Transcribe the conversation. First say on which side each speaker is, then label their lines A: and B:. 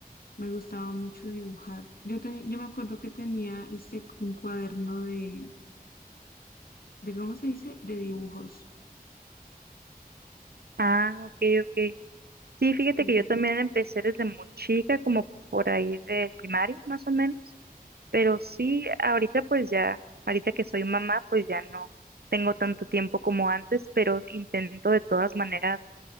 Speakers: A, on the left; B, on the right.
A: Me gustaba mucho dibujar. Yo, teni- yo me acuerdo que tenía este, un cuaderno de, de, ¿cómo se dice? De dibujos.
B: Ah, ok, ok. Sí, fíjate
A: Sí.
B: que yo también empecé desde muy chica, como por ahí del primario, más o menos. Pero sí, ahorita pues ya, ahorita que soy mamá, pues ya no tengo tanto tiempo como antes, pero intento de todas maneras